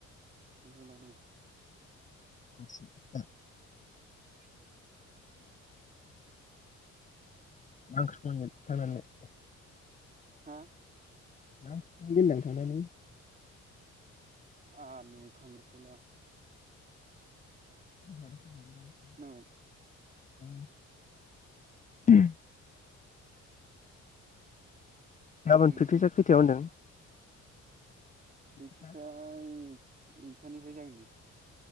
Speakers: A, on the right (about 30°); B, on the left (about 25°).
A: <unintelligible>
B: <inaudible>
A: <inaudible>
B: <unintelligible>
A: हा
B: <unintelligible> थांनानै
A: आलु खांख्रिं खला
B: <inaudible>
A: खोनाबाय
B: <inaudible> गाबोन
A: आंफोरलाय
B: प्रेकटिसा खैथायाव होनदों प्रेक्टिसा
A: प्रिकतिसाय
B: ओंखामफ्रा
A: एकथानिफ्राय जागोननो